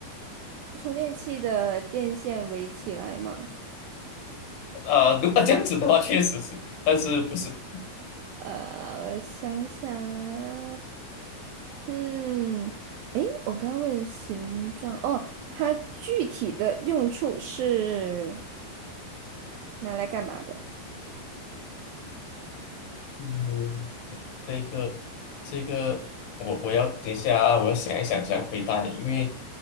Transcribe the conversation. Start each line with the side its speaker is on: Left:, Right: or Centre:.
Right: 充电器的电线围起来吗？
Left: 呃，如果这样子的话，确实是，但是不是？
Right: 呃，我想想啊，嗯，诶，我刚刚问了形状，哦，它具体的用处是拿来干嘛的？
Left: 嗯，这个这个，我我要等一下啊，我要想一想怎样回答你，因为